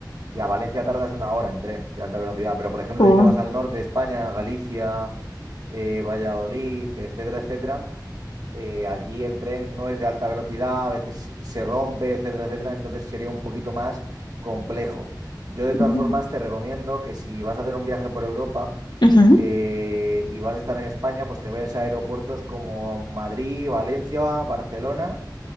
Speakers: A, on the right; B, on the left.
A: y a Valencia tardas una hora en tren de alta velocidad, pero por ejemplo,
B: o-
A: si te vas al norte de España, Galicia, eh, Valladolid, etcétera, etcétera eh, allí el tren no es de alta velocidad, a veces se rompe, etcétera, etcétera, entonces sería un poquito más complejo. Yo de todas
B: ujú,
A: formas te recomiendo que si vas a hacer un viaje por Europa
B: ujú,
A: eh, y vas a estar en España, pues te vayas a aeropuertos como Madrid, Valencia, Barcelona